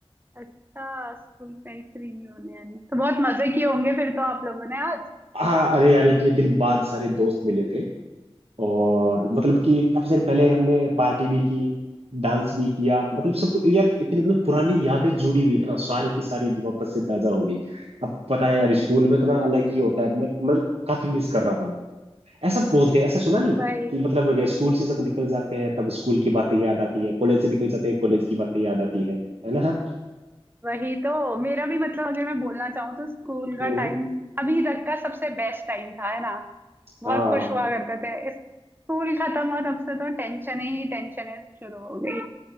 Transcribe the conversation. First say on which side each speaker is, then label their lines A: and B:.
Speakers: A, on the right (about 20°); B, on the right (about 75°).
A: अच्छा स्कूल फ्रेंड्स रियूनियन तो बहुत मजे किए होंगे फिर तो आप लोगों ने आज
B: हाँ अरे यार इतने दिन बाद सारे दोस्त मिले थे और मतलब कि काफी सारी पहले हमने पार्टी भी की डांस भी किया मतलब सब कुछ यार इतनी मतलब पुरानी यादें जुड़ी हुई इतना सारी की सारी वापस से ताजा हो गई अब पता है यार स्कूल में इतना अलग ही होता है मैं मतलब काफी मिस कर रहा था मैं ऐसा बोलते हैं ऐसा सुना नहीं
A: वही
B: कि मतलब अगर स्कूल से जब निकल जाते हैं तब स्कूल की बातें याद आती है कॉलेज से निकल जाते हैं कॉलेज की बातें याद आती है है ना
A: वही तो मेरा भी मतलब अगर मैं बोलना चाहूँ तो स्कूल का
B: हम्म
A: टाइम अभी तक का सबसे बेस्ट टाइम था है ना बहुत
B: हाँ
A: खुश हुआ करते थे इस स्कूल खत्म हुआ तब से तो टेंशन ही टेंशन शुरू हो गई